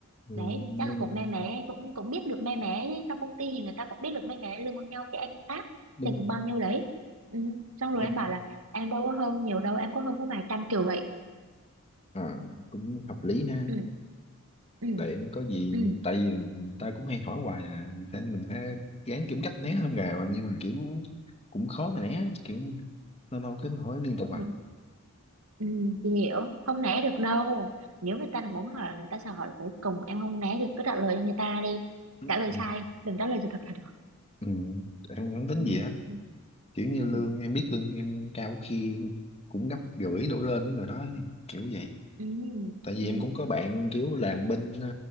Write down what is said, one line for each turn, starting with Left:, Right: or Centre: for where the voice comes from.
Left: ừ,
Right: đấy
Left: nhưng
Right: chắc là
Left: mà
Right: cũng mé mé cũng cũng biết được mé mé chứ trong công ty thì người ta cũng biết được mé mé lương bao nhau cái em tác
Left: đúng
Right: chừng bao nhiêu đấy ừ. xong rồi
Left: em
Right: em bảo là em đâu có hơn nhiều đâu em có hơn có vài trăm kiểu vậy
Left: ờ, cũng hợp lý ha
Right: ừ. Ừ.
Left: để có gì
Right: Ừ.
Left: tại vì người ta cũng hay hỏi hoài à thế mình phải gán kiếm cách né hơn rồi nhưng mà kiểu cũng khó mà né kiểu lâu lâu cứ hỏi liên tục à
Right: Ừ, ừ, chị hiểu không né được đâu nếu người ta muốn hỏi là người ta sẽ hỏi tới cùng em không né được cứ trả lời cho người ta đi
Left: ừ.
Right: trả lời sai đừng trả lời sự thật là được
Left: Ừ. em không tính
Right: ừ,
Left: gì á
Right: ừ,
Left: kiểu như
Right: ừ,
Left: lương em biết lương em cao khi cũng gấp rưỡi đổ lên với người đó kiểu vậy
Right: ừ, ừ,
Left: tại vì
Right: ừ.
Left: em cũng có bạn kiểu làm bên ờ,